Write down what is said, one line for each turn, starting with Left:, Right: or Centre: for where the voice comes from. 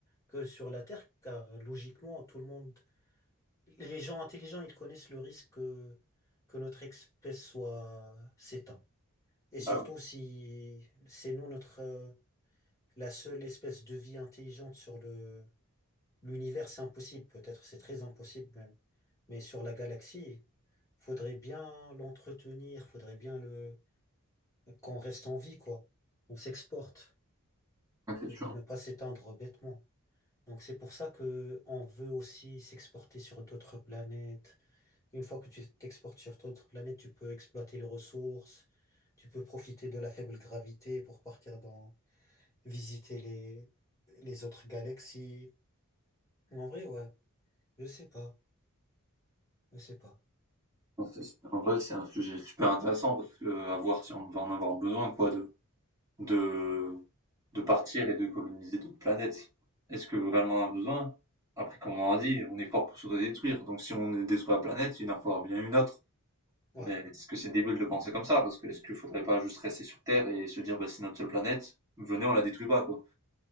Left: que sur la Terre, car logiquement, tout le monde... Les gens intelligents, ils connaissent le risque que, que notre espèce soit s'éteint. Et
Right: Bah
Left: surtout
Right: oui,
Left: si c'est nous notre euh, la seule espèce de vie intelligente sur le l'univers, c'est impossible, peut-être c'est très impossible même. Mais sur la galaxie, faudrait bien l'entretenir, faudrait bien le qu'on reste en vie, quoi. On s'exporte,
Right: ouais, c'est
Left: de
Right: sûr.
Left: de ne pas s'éteindre bêtement. Donc c'est pour ça que on veut aussi s'exporter sur d'autres planètes. Une fois que tu t'exportes sur d'autres planètes, tu peux exploiter les ressources, tu peux profiter de la faible gravité pour partir dans visiter les, les autres galaxies. En vrai, ouais, je sais pas, je sais pas.
Right: Enfin, c'est c'est en vrai, c'est un sujet super intéressant parce que à voir si on va en avoir besoin, quoi, de de de partir et de coloniser d'autres planètes. Est-ce que vraiment on a besoin? Après, comme on a dit, on est fort pour s'autodétruire, donc si on détruit la planète, il en faudra bien une autre.
Left: Ouais.
Right: Mais est-ce que c'est débile de penser comme ça? Parce que est-ce qu'il faudrait pas juste rester sur Terre et se dire: «Bah, c'est notre seule planète, venez, on la détruit pas», quoi?